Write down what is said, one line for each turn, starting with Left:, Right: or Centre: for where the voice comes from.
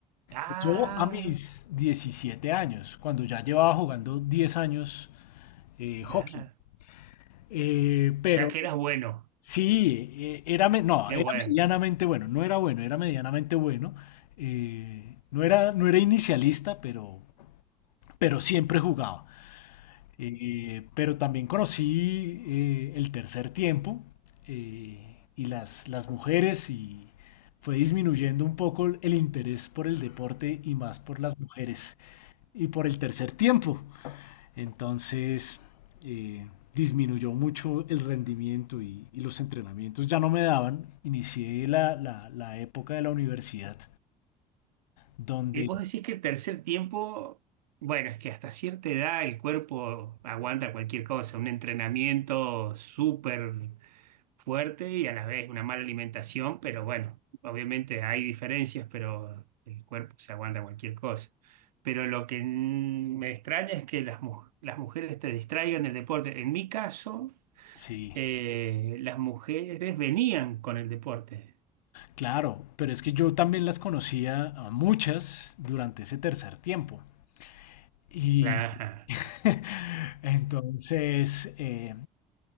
Right: Ah,
Left: Eso a mis 17 años, cuando ya llevaba jugando 10 años eh,
Right: ya.
Left: hockey. Eh, pero
Right: O sea que eras bueno,
Left: sí, eh, era, me- no,
Right: qué
Left: era
Right: bueno.
Left: medianamente bueno, no era bueno, era medianamente bueno. Eh, no era, no era inicialista, pero, pero siempre jugaba. Eh, pero también conocí eh, el tercer tiempo eh, y las, las mujeres y fue disminuyendo un poco el interés por el deporte y más por las mujeres y por el tercer tiempo. Entonces eh, disminuyó mucho el rendimiento y, y los entrenamientos ya no me daban. Inicié la, la, la época de la universidad donde
Right: Y vos decís que el tercer tiempo, bueno, es que hasta cierta edad el cuerpo aguanta cualquier cosa, un entrenamiento súper fuerte y a la vez una mala alimentación, pero bueno, obviamente hay diferencias, pero el cuerpo se aguanta cualquier cosa. Pero lo que mm, me extraña es que las, mu- las mujeres te distraigan del deporte. En mi caso,
Left: sí,
Right: eh, las mujeres venían con el deporte.
Left: Claro, pero es que yo también las conocía a muchas durante ese tercer tiempo. Y
Right: Claro.
Left: <laughs> entonces, eh,